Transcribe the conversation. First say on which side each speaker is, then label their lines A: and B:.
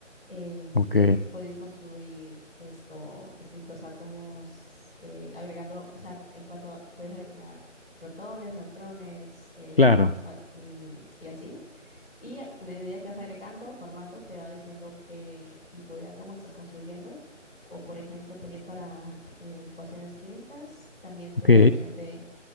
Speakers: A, on the left; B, on the left.
A: Eh,
B: Ok,
A: te- podías construir esto, distintos átomos, eh, agregando, o sea, en cuanto a- puedes agregar protones, neutrones, eh,
B: claro,
A: <tsk> ah, mm, y así. Y a a medida que vas agregando formando, te va diciendo qué tipo de átomo estás construyendo. O, por ejemplo, también para eh, ecuaciones químicas, también te
B: ok,
A: da la opción de